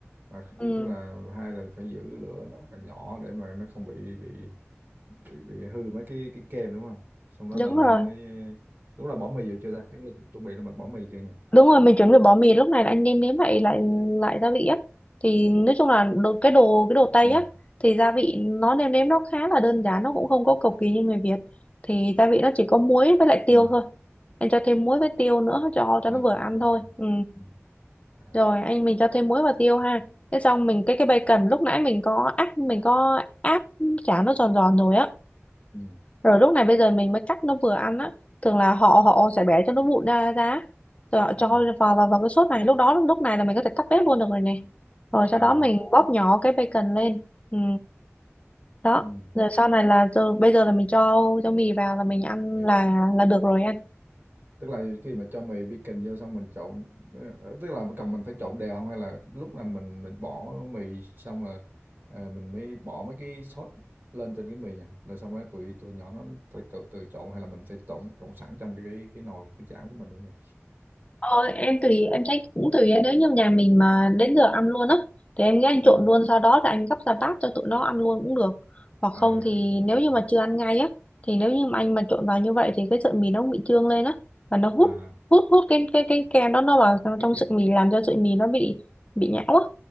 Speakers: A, on the right; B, on the left.
A: và
B: ừ,
A: tức là hai là phải giữ lửa nó rất là nhỏ để mà nó không bị bị bị, bị hư mấy cái cái kem đúng không xong đó
B: đúng
A: là mình
B: rồi
A: mới lúc là bỏ mì vô chưa ta Tức là chuẩn bị là mình bỏ mì chưa nhỉ
B: đúng rồi mình chuẩn bị bỏ mì lúc này là anh nêm nếm lại lại lại gia vị á thì nói chung là đồ, cái đồ cái đồ Tây
A: à
B: á thì gia vị nó nêm nếm nó khá là đơn giản nó cũng không có cầu kỳ như người Việt thì gia vị nó chỉ có muối với lại tiêu
A: ừ
B: thôi em cho thêm muối với tiêu nữa cho cho
A: à
B: nó vừa ăn thôi
A: ok.
B: ừ.
A: Ừ, à
B: rồi anh mình cho thêm muối và tiêu ha thế xong mình cái cái bacon lúc nãy mình có áp mình có áp chả nó giòn giòn rồi á
A: ừ
B: rồi lúc này bây giờ mình mới cắt nó vừa ăn á thường là họ họ sẽ bẻ cho nó vụn ra ra rồi họ
A: ừ
B: cho vào vào vào cái sốt này lúc đó lúc này là mình có thể tắt bếp luôn được rồi nè rồi sau
A: à
B: đó mình bóp nhỏ cái bacon lên ừ. đó
A: ừ
B: rồi sau này là rồi bây giờ là mình cho cho mì vào là mình ăn
A: mì
B: là
A: vô
B: là được rồi anh
A: tức là khi mà cho mì baking vô xong mình trộn tức là cần mình phải trộn đều không hay là lúc là mình mình bỏ mì xong là à, mình mới bỏ mấy cái sốt lên trên cái mì nha rồi xong rồi tụi tụi nhỏ nó tự tự, tự trộn hay là mình sẽ trộn trộn sẵn trong cái cái nồi cái chảo của mình luôn nha
B: Ờ, em tùy em thấy cũng tùy nếu như nhà mình mà đến giờ ăn luôn á thì em nghĩ anh
A: Ừ.
B: trộn luôn sau đó là anh gấp ra bát cho tụi nó ăn luôn cũng được hoặc
A: à
B: không thì
A: ok.
B: nếu như mà chưa ăn ngay á thì nếu như mà anh mà trộn vào như vậy thì cái sợi mì nó cũng bị trương lên á và nó hút
A: à
B: hút hút cái cái cái kem đó nó vào trong,
A: Cái
B: trong
A: kia.
B: sợi mì làm cho sợi mì nó bị bị nhão á